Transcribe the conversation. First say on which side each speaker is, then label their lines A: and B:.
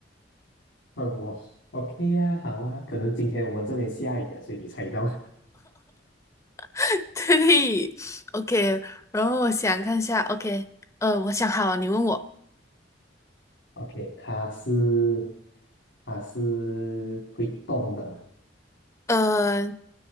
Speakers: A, on the left (about 80°); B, on the left (about 15°).
A: 问我 OK 呀、好啊，可能今天我们这边下雨啊，所以你猜到。
B: <laughs> 对，OK，然后我想看一下，OK，呃，我想好了，你问我，
A: OK，它是它是会动的嘛？
B: 呃，